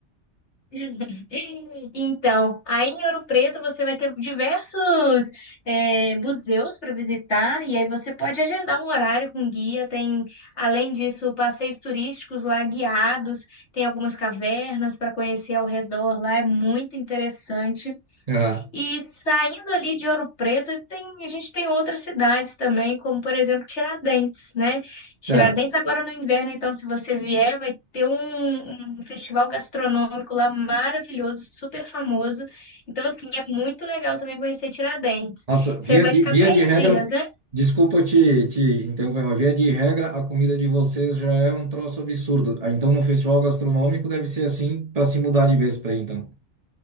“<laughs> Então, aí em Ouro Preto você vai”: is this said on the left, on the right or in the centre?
Left